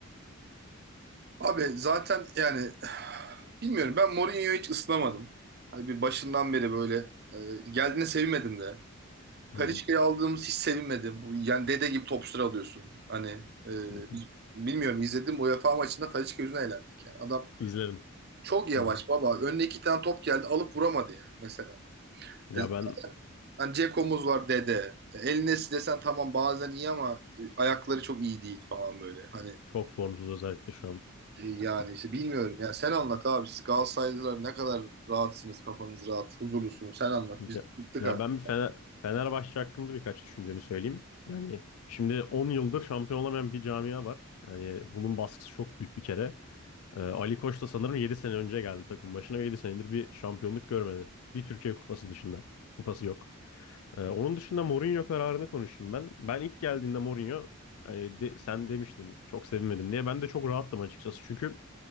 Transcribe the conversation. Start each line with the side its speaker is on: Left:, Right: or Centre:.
Right: Abi zaten yani bilmiyorum ben Mourinho'yu hiç ısınamadım. Hani bir başından beri böyle e, geldiğine sevmedim de. Kalişka'yı
Left: Hı hı,
Right: aldığımız hiç sevinmedim. Bu, yani dede gibi topçuları alıyorsun. Hani e,
Left: hı hı.
Right: bilmiyorum izledim UEFA maçında Kalişka yüzüne eğlendik. Yani. Adam
Left: İzledim.
Right: çok yavaş
Left: Hı.
Right: baba. Önüne iki tane top geldi alıp vuramadı yani mesela.
Left: Ya
Right: E,
Left: ben
Right: zaten Ceko'muz var dede. E, El desen tamam bazen iyi ama e, ayakları çok iyi değil falan böyle. Hani
Left: çok formsuz özellikle şu an.
Right: e, yani işte bilmiyorum. Yani sen anlat abi. Siz Galatasaraylılar ne kadar rahatsınız, kafanız rahat, huzurlusunuz. Sen anlat.
Left: Ya,
Right: Biz bıktık
Left: ya
Right: artık.
Left: ben bir Fener, Fenerbahçe hakkında birkaç düşüncemi söyleyeyim. Yani şimdi 10 yıldır şampiyon olamayan bir camia var. Yani bunun baskısı çok büyük bir kere. Ee, Ali Koç da sanırım 7 sene önce geldi takım başına ve 7 senedir bir şampiyonluk görmedi. Bir Türkiye Kupası dışında. Kupası yok. Ee, onun dışında Mourinho kararını konuşayım ben. Ben ilk geldiğinde Mourinho hani de- sen demiştin çok sevinmedim diye. Ben de çok rahattım açıkçası. Çünkü